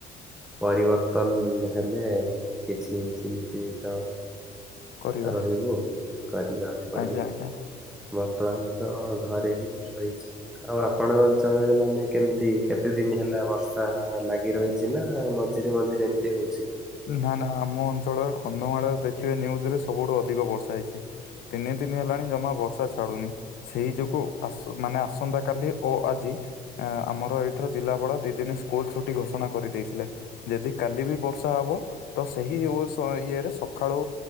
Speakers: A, in the centre; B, on the left.
A: ପରିବର୍ତ୍ତନ ହେଲେ କିଛି ଚିନ୍ତିତ।
B: କରିବା
A: ରହିବୁ କରିବାକୁ ପଡିବ
B: ଆଜ୍ଞା ଆଜ୍ଞା
A: ବର୍ତ୍ତମାନ। ତ ଘରେ ହିଁ ରହିଛୁ ଆଉ ଆପଣଙ୍କ ଅଞ୍ଚଳରେ ମାନେ କେମିତି କେତେ ଦିନ ହେଲା ବର୍ଷା। ଲାଗି ରହିଛି ନା ମଝିରେ ମଝିରେ ଏମିତି ହଉଛି।
B: ନା ନା ଆମ ଅଞ୍ଚଳରେ କନ୍ଧମାଳରେ ଦେଖିବେ ନିଉଜ ରେ ସବୁଠୁ ଅଧିକ ବର୍ଷା ହେଇଛି ତିନି ଦିନ ହେଲାଣି ଜମା ବର୍ଷା ଛାଡୁନି ସେଇ ଯୋଗୁ ଆସ ମାନେ ଆସନ୍ତା କାଲି ଓ ଆଜି। ଆ ଆମର ଏଇଠୁ ଜିଲ୍ଲାପାଳ ଦି ଦିନ ସ୍କୁଲ ଛୁଟି ଘୋଷଣା କରିଦେଇଥିଲେ ଯଦି କାଲି ବି ବର୍ଷ ର୍ଷା ହବ ତ ସେହି ଓ ହ ଇଏରେ ସକାଳୁ